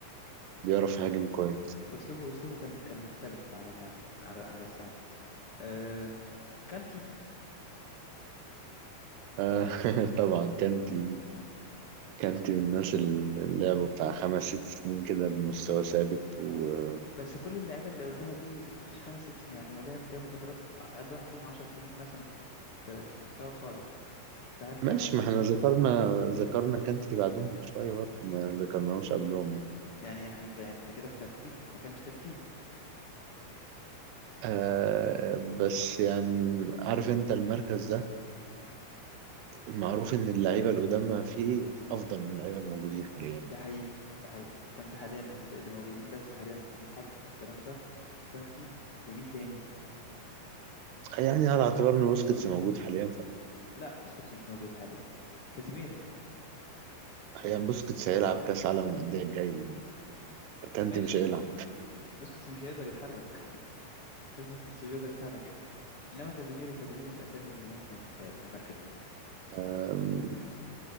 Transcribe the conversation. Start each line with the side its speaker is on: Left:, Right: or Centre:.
Right: وبيعرف يهاجم كويس
Left: اسلوبه اسلوبه كان كان مختلف على ما على على السمع آه كانتي
Right: آه، <laughs> طبعا كانتي كانتي من الناس اللي لعبوا بتاع خمس ست سنين كده بمستوى ثابت وماشي
Left: بس كل اللعيبه اللي قلناها دي مش خمس ست سنين يعني هو لعب لعبوا فترات اقل واحد فيهم عشر سنين مثلا في في مستوى خارق فهل كانتي
Right: ما احنا ذكرنا ذكرنا كانتي بعدهم بشوية برضه ما ذكرناهوش قبلهم يعني.
Left: يعني إحنا- انت انت كده بالترتيب احنا كده مش ترتيب
Right: آه بس يعني عارف انت المركز ده المعروف ان اللعيبة القدامى فيه افضل من اللعيبة الموجودين حاليا
Left: ده حقيقي ده حقيقي فانت حاليا ال- اللي موجودين بس حاليا ممكن يتحطوا في الكلام ده كانتي ومين تاني
Right: يعني على اعتبار ان بوسكيتس موجود حاليا
Left: لا بسكوتس مش موجود حاليا كازيميرو
Right: هي بوسكيتس هيلعب كاس عالم الانديه الجاي كانتي
Left: ماشي
Right: مش هيلعب
Left: بسكوتس مش هيقدر يتحرك <laughs> بسكوتس مش هيقدر يتحرك انما كازيميرو كازيميرو من الاسامي المهمه في في المركز ده
Right: أم،